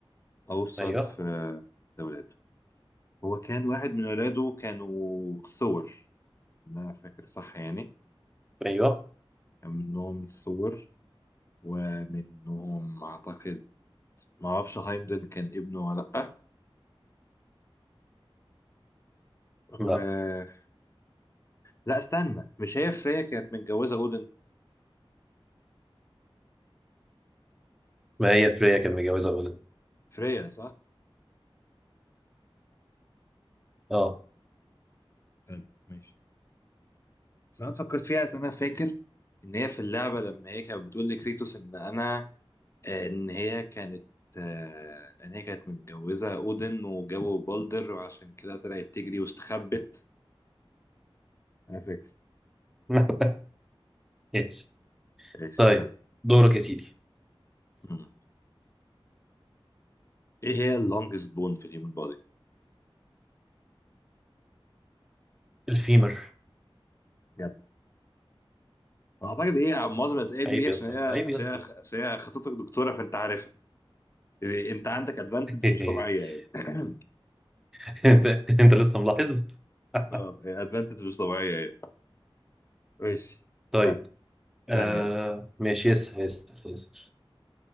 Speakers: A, on the left (about 30°); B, in the centre.
A: اوصل
B: ايوه
A: في لولاده هو كان واحد من ولاده كانوا ثور أنا فاكر صح يعني
B: ايوه
A: كان منهم ثور ومنهم أعتقد ما أعرفش هايمدل كان ابنه ولا لأ و...
B: لا
A: لا استنى مش هي فريا كانت متجوزة أودن
B: ما هي فريا كان متجوزه اودن
A: فريا صح؟
B: اه
A: حلو ماشي بس أنا فكرت فيها أصل أنا فاكر إن هي في اللعبة لما هي كانت بتقول لكريتوس إن أنا آه، إن هي كانت آه، إن هي كانت متجوزة أودن وجابوا بالدر وعشان كده طلعت تجري واستخبت أنا فاكر
B: <laughs> ماشي.
A: استنى.
B: طيب دورك يا سيدي
A: مم. ايه هي اللونجست بون في الهيومن بودي؟
B: الفيمر
A: يلا اعتقد هي معظم الاسئله دي
B: عيب
A: إيه؟
B: يا
A: عشان
B: اسطى
A: هي
B: عيب
A: عشان
B: يا اسطى
A: هي عشان هي خطيبتك دكتوره فانت عارفها يعني انت عندك ادفانتج
B: <laughs>
A: مش طبيعيه يعني <coughs>
B: <laughs> انت انت لسه ملاحظ <laughs>
A: اه ادفانتج مش طبيعيه يعني ماشي استنى
B: طيب آه
A: استنى يلا
B: ماشي ياسر ياسر ياسر